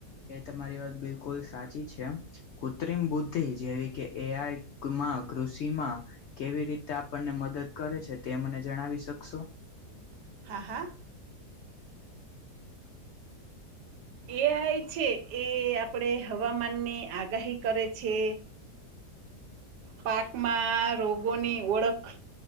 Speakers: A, on the left; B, on the right.
A: એ તમારી વાત બિલકુલ સાચી છે, કૃત્રિમ બુદ્ધિ જેવી કે એ આઈ માં કૃષિમાં, કેવી રીતે આપણને મદદ કરે છે તે મને જણાવી શકશો?
B: હા હા, એ આઈ છે એ આપડે હવામાન ની આગાહી કરે છે, પાકમાં રોગોની ઓળખ,